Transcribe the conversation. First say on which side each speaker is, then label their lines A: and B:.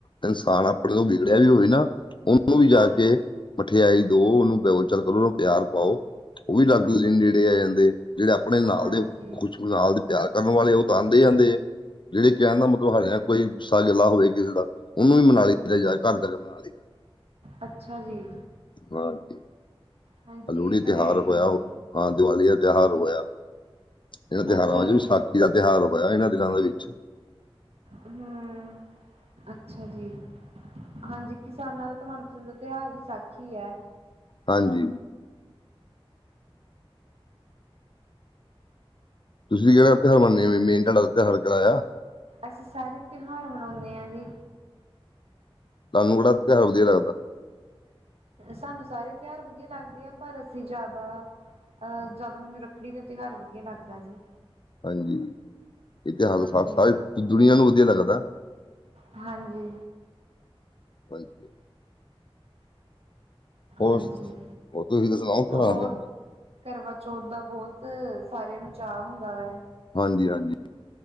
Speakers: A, on the left; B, on the right.
A: ਇਨਸਾਨ ਆਪਣਿਆਂ ਤੋਂ ਵਿਗੜਿਆ ਵੀ ਹੋਵੇ ਨਾ, ਉਹਨੂੰ ਵੀ ਜਾ
B: ਹਾਂਜੀ,
A: ਕੇ ਮਠਿਆਈ ਦੋ ਉਹਨੂੰ ਬੋਲਚਾਲ ਕਰੋ। ਉਹਨੂੰ ਪਿਆਰ ਪਾਓ, ਉਹ ਵੀ ਨੇੜੇ ਆ ਜਾਂਦੇ। ਜਿਹੜੇ ਆਪਣੇ ਨਾਲ
B: ਹਾਂਜੀ
A: ਦੇ, ਖੁਸ਼ ਨਾਲ ਦੇ ਪਿਆਰ ਕਰਨ ਵਾਲੇ ਉਹ ਤਾਂ ਆਂਦੇ ਹੀ ਆਂਦੇ ਆ। ਜਿਹੜੇ ਕਹਿਣ ਦਾ ਮਤਲਬ ਹਲੇ ਨਾ ਦਾ ਕੋਈ ਗੁੱਸਾ ਗਿੱਲਾ ਹੋਵੇ ਕਿਸੇ ਦਾ, ਉਹਨੂੰ ਵੀ ਮਨਾ ਲਈ ਦਾ ਘਰ ਜਾ ਕੇ ਮਨਾ ਲੀ।
B: ਅੱਛਾ ਜੀ
A: ਹਾਂਜੀ,
B: ਹਾਂਜੀ
A: ਲੋਹੜੀ
B: ਇਹ ਤਾਂ
A: ਤਿਉਹਾਰ
B: ਹੈ ਹੀ
A: ਹੋਇਆ
B: ਹੈ
A: ਉਹ
B: ਜੀ,
A: ਹਾਂ, ਦੀਵਾਲੀ ਦਾ ਤਿਉਹਾਰ ਹੋਇਆ। ਇਹ ਤਿਉਹਾਰ
B: ਅੱਛਾ
A: ਹਜੇ
B: ਜੀ,
A: ਵੀ ਦਾ ਤਿਉਹਾਰ ਹੋਇਆ ਇਹਨਾਂ ਦਿਨਾਂ ਦੇ ਵਿੱਚ।
B: ਹੂੰ, ਅੱਛਾ ਜੀ, ਹਾਂਜੀ। ਕਿਸਾਨਾਂ ਦਾ ਤਾਂ ਮਨਪਸੰਦ ਤਿਹਾਰ ਵਿਸਾਖੀ ਐ।
A: ਹਾਂਜੀ ਤੁਸੀਂ ਕਿਹੜਾ ਤਿਉਹਾਰ ਮੰਨੇ ਹੋ ਮੇਨ ਤੁਹਾਡਾ ਤਿਉਹਾਰ ਕਿਹੜਾ ਆ?
B: ਅਸੀਂ ਸਾਰੇ ਤਿਉਹਾਰ ਮਨਾਉਂਨੇ ਆ ਜੀ।
A: ਤੁਹਾਨੂੰ ਕਿਹੜਾ ਤਿਉਹਾਰ ਵਧੀਆ ਲਗਦਾ?
B: ਸਾਨੂੰ ਸਾਰੇ ਤਿਉਹਾਰ ਵਧੀਆ ਲੱਗਦੇ ਆ, ਪਰ ਅਸੀਂ ਜ਼ਾਦਾ ਅਹ ਜ਼ਾਦਾ ਮੈਨੂੰ ਰੱਖੜੀ ਦਾ ਤਿਉਹਾਰ ਵਧੀਆ ਲੱਗਦਾ ਜੀ।
A: ਹਾਂਜੀ, ਇਤਿਹਾਸ
B: ਹਾਂਜੀ,
A: ਦਾ ਸਾਫ਼ ਸਾਰੀ ਦੁਨੀਆਂ ਨੂੰ ਵਧੀਆ ਲੱਗਦਾ।
B: ਹਾਂਜੀ
A: ਬਾਈ ਕੇ ਹੋਰ
B: ਹਾਂਜੀ,
A: ਹੋਰ ਤੁਸੀਂ ਤਾਂ ਸੁਣਾਓ ਤਿਉਹਾਰ
B: ਹੋਰ
A: ਦਾ
B: ਕਰਵਾਚੌਥ ਦਾ ਬੋਤ ਸਾਰਿਆਂ ਨੂੰ ਚਾਅ ਹੁੰਦਾ ਵਾ।
A: ਹਾਂਜੀ-ਹਾਂਜੀ।